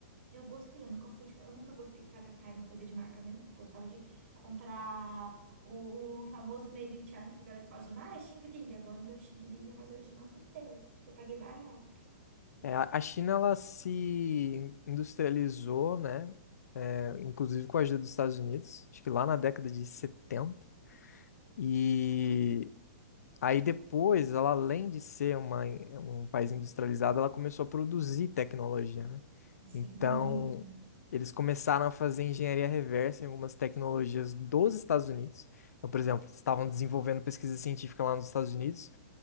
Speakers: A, on the right (about 60°); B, on the left (about 85°).
A: Eu gostei, eu nunca fui de, eu nunca gostei de pagar caro em coisa de marca mesmo. Gostava de comprar o, o famoso Made in China, que agora fica usando, ah, é Xing Ling. Agora o meu Xing Ling é mais original que o teu. Eu paguei barato.
B: É, a a China ela se industrializou, né? é, inclusive com a ajuda dos Estados Unidos, acho que lá na década de setenta E aí depois, ela além de ser uma, um país industrializado, ela começou a produzir tecnologia, né?
A: Sim,
B: Então,
A: muito.
B: eles começaram a fazer engenharia reversa em algumas tecnologias dos Estados Unidos. Então, por exemplo, eles estavam desenvolvendo pesquisa científica lá nos Estados Unidos.